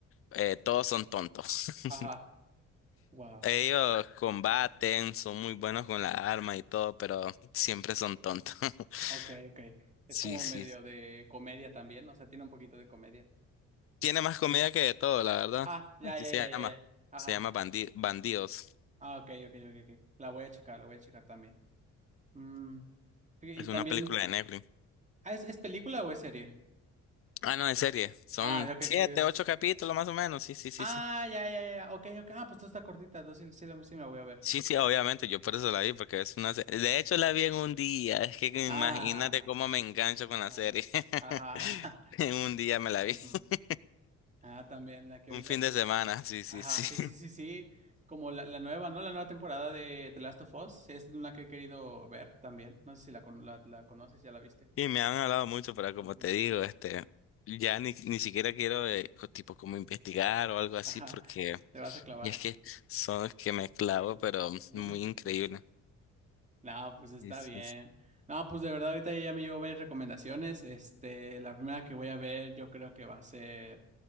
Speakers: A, on the left; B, on the right.
A: eh, todos son tontos. <laughs>
B: Ajá, wow.
A: Ellos combaten, son muy buenos con la arma y todo, pero siempre son tontos. <laughs>
B: Ok, ok. Es
A: Sí,
B: como
A: sí.
B: medio de comedia también, o sea, tiene un poquito de comedia.
A: Tiene más comida que de todo, la verdad.
B: Ah, ya,
A: Así
B: ya,
A: se
B: ya,
A: llama.
B: ya, ya. Ajá.
A: Se llama Bandi- Bandidos.
B: Ah, ok, ok, ok, ok. La voy a checar, la voy a checar también. Mm, fí-
A: Es
B: y también,
A: una película de Netflix.
B: ah, ¿es, es película o es serie?
A: Ah, no, de serie. Son
B: Ah, ya, ok,
A: siete,
B: sí.
A: ocho capítulos más o menos. Sí, sí, sí,
B: Ah,
A: sí.
B: ya, ya, ya. Ok, ok. Ah, pues esto está cortita, entonces sí, sí, la sí me la voy a ver.
A: Sí, sí, obviamente, yo por eso la vi, porque es una serie. De hecho, la vi en un día. Es que imagínate
B: Ah,
A: cómo me engancho con la
B: ah,
A: serie. <laughs>
B: ajá.
A: En un día
B: <laughs>
A: me la
B: ujú.
A: vi. <laughs>
B: Ah, también, la que
A: Un
B: ahorita
A: fin de semana, sí, sí,
B: Ajá,
A: sí.
B: sí, sí, sí, sí. Como la, la nueva, ¿no? La nueva temporada de The Last of Us. Es una que he querido ver también. No sé si la, con- la, la conoces, ya la viste.
A: Y me han hablado mucho, pero como
B: Ujú.
A: te digo, este, ya ni, ni siquiera quiero, eh, co- tipo, como investigar o algo así,
B: Ajá,
A: porque
B: te vas a clavar.
A: y es que son los que me clavo, pero
B: <laughs>
A: muy increíble.
B: No, pues está
A: Sí, sí,
B: bien.
A: sí.
B: No, pues de verdad, ahorita ya me llevo varias recomendaciones. Este, la primera que voy a ver, yo creo que va a ser